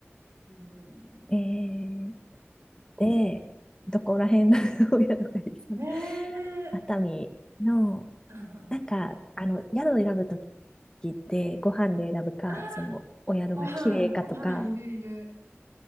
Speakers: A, on the right; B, on the left.
A: う
B: えー、
A: ん。
B: で、どこら辺の <laughs> 親のがいいかな
A: ねえ。
B: 熱海の
A: うんうん。
B: なんか、
A: あ
B: あの、宿を選ぶときって、ご飯で選ぶか、
A: あ、
B: その、お宿が綺麗かとか、
A: ご飯、ご飯いるいる。